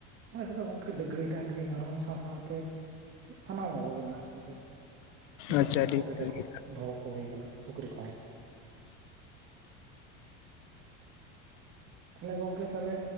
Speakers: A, on the right; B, on the left.
A: ᱟᱞᱮ ᱥᱮᱫ ᱫᱚ ᱜᱚᱢᱠᱮ ᱜᱟᱹᱭ ᱰᱟᱝᱨᱤ ᱢᱮᱨᱚᱢ ᱥᱟᱶ ᱥᱟᱶᱛᱮ ᱥᱟᱱᱟᱢ ᱠᱚᱜᱮ ᱢᱮᱱᱟᱜ ᱠᱚᱣᱟ ᱜᱮ ᱥᱤᱢ
B: ᱟᱪᱪᱷᱟ
A: ᱦᱚᱯᱚᱱ
B: ᱟᱹᱰᱤ
A: ᱠᱚ ᱜᱮᱰᱮ
B: ᱵᱷᱟᱹᱜᱤ
A: ᱠᱚ ᱫᱚᱦᱚ ᱠᱚ ᱦᱩᱭ ᱟᱠᱟᱱᱟ ᱥᱩᱠᱨᱤ ᱠᱚᱦᱚᱸ ᱛᱟᱦᱞᱮ ᱜᱚᱝᱠᱮ ᱛᱟᱦᱚᱞᱮ